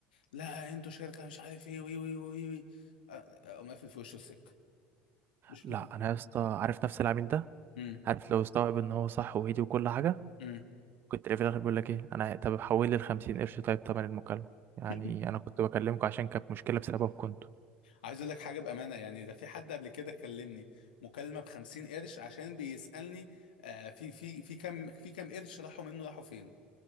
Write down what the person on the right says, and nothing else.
لا
انا يا اسطى عارف نفس العميل ده
عارف لو استوعب ان هو صح وهدي وكل حاجه
كنت في الاخر بيقول لك ايه انا طب حول لي ال 50 قرش طيب تمن المكالمه يعني
انا كنت بكلمكم عشان كانت مشكله بسببكم انتوا